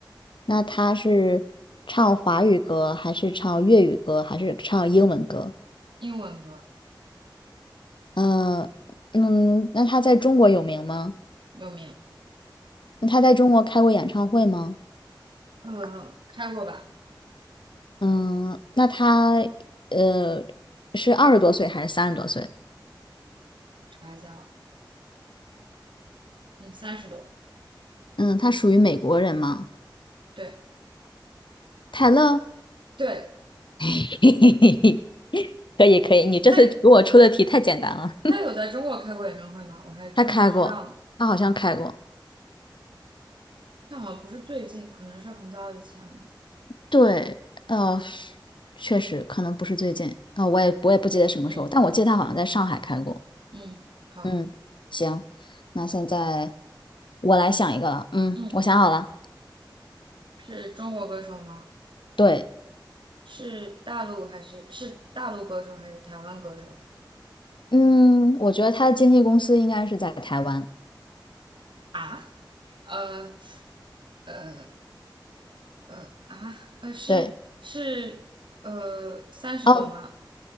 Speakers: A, on the left; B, on the right.
A: 那他是唱华语歌还是唱粤语歌还是唱英文歌？
B: 英文歌，
A: 嗯、嗯，那他在中国有名吗？
B: 有名，
A: 那他在中国开过演唱会吗？
B: 呃，开过吧，
A: 嗯，那他呃是二十多岁还是三十多岁？
B: 查一下，嗯，三十多，
A: 嗯，他属于美国人吗？
B: 对
A: 泰勒。
B: 对，
A: <laughs> 嘿嘿嘿嘿，可以可以，你这次给我出的题太简单了。
B: 她她有在中国开过演唱会吗？我还真不知道呢，
A: <laughs> 他开过，他好像开过。
B: 但好像不是最近，可能是很早以前了。
A: 对，呃，确实可能不是最近啊、呃我也我也不记得什么时候，
B: 嗯
A: 但我记得他好像在上海开过。
B: 嗯，好，
A: 嗯，行，那现在我来想一个了。嗯，
B: 嗯，
A: 我想好了。
B: 是中国歌手吗？
A: 对，
B: 是大陆还是是大陆歌手还是台湾歌手
A: 嗯，我觉得他的经纪公司应该是在台湾。
B: 啊？呃呃呃啊呃是是呃三十多吗？
A: 对，哦，